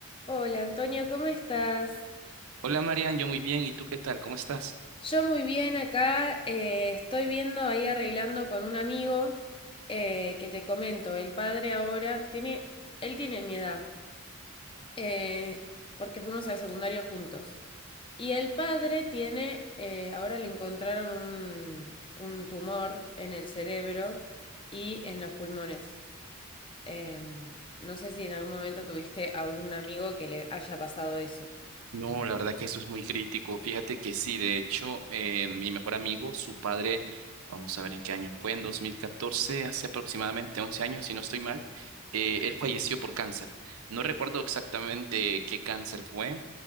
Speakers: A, on the left (about 25°); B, on the right (about 80°).
A: Hola Antonio, ¿cómo estás?
B: Hola Marian, yo muy bien. ¿Y tú qué tal? ¿Cómo estás?
A: Yo muy bien acá, eh, estoy viendo ahí arreglando con un amigo eh, que te comento, el padre ahora tiene, él tiene mi edad, eh, porque fuimos al secundario juntos. Y el padre tiene, eh, ahora le encontraron un, un tumor en el cerebro y en los pulmones. Em, no sé si en algún momento tuviste algún amigo que le haya pasado eso.
B: No, la verdad que eso es muy crítico. Fíjate que sí, de hecho, eh, mi mejor amigo, su padre, vamos a ver en qué año fue, en 2014, hace aproximadamente 11 años, si no estoy mal, eh, él falleció por cáncer. No recuerdo exactamente qué cáncer fue,